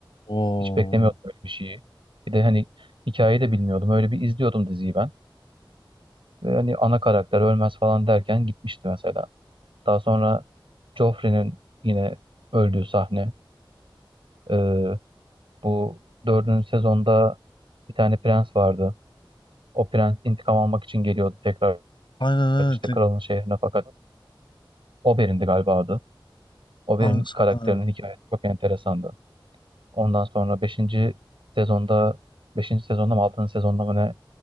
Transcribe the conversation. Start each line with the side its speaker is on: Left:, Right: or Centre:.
Left: O
Right: Hiç beklemiyordum öyle bir şeyi. Bir de hani hikayeyi de bilmiyordum. Öyle bir izliyordum diziyi ben. Ve hani ana karakter ölmez falan derken gitmişti mesela. Daha sonra Joffrey'nin yine öldüğü sahne. Ee, bu dördüncü sezonda bir tane prens vardı. O prens intikam almak için geliyordu tekrar
Left: aynen aynen
Right: işte kralın şehrine fakat Oberyn'di galiba adı. Oberyn
Left: tekrardan.
Right: karakterinin hikayesi çok enteresandı. Ondan sonra beşinci sezonda beşinci sezonda mı altıncı sezonda mı ne